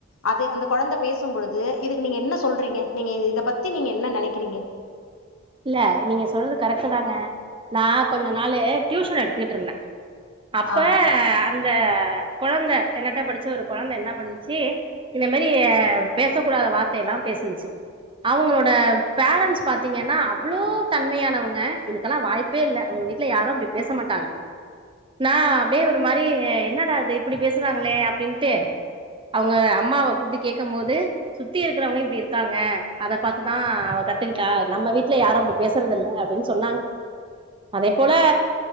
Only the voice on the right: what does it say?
இல்ல நீங்க சொல்றது கரெக்ட்டு தாங்க நா கொஞ்ச நாளு ட்யூஷன் எடுத்துகிட்ருந்த அப்ப
அந்த கொழந்த என்னட்ட படிச்ச ஒரு கொழந்த என்ன பண்ணுச்சு இந்த மாரி பேசக்கூடாத வார்த்தையெல்லா பேசுனுச்சு அவுங்களோட பேரண்ட்ஸ் பாத்தீங்கன்னா அவ்ளோ தன்மையானவுங்க இதுக்கெல்லா வாய்ப்பே இல்ல அவுங்க வீட்ல யாரு அப்டி பேச மாட்டாங் நா அப்டியே ஒரு மாரி என்னடாது இப்டி பேசுறாங்களே அப்டின்ட்டு அவுங்க அம்மாவ கூப்ட்டு கேக்கம் மோது சுத்தி இருக்றவுங்க இப்டி இருக்காங்க அத பாத்துதா அவ கத்துக்கிட்டா நம்ம வீ ட்ல யாரு அப்டி பேசறதில்ல அப்டின் சொன்னாங் அதே போல